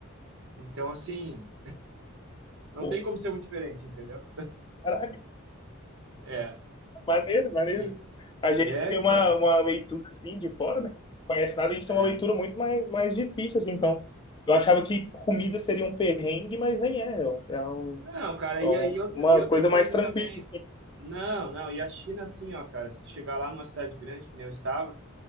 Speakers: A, on the right; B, on the left.
A: Então, assim, não
B: Pô,
A: tem como ser muito diferente, entendeu?
B: caraca,
A: É,
B: maneiro, maneiro.
A: e-
B: A gente
A: é,
B: tem
A: então.
B: uma, uma leitura assim de fora, né? Não Conhece nada, a gente
A: é.
B: tem uma leitura muito mais, mais difícil assim, então. Eu achava que comida seria um perrengue, mas nem é. É um-
A: Não, cara,
B: é
A: e, aí
B: um-
A: outra,
B: uma
A: e outra
B: coisa
A: coisa
B: mais tranquila.
A: também.
B: assim.
A: Não, não, e a China, assim, ó, cara, se tu chegar lá numa cidade grande, que nem eu estava,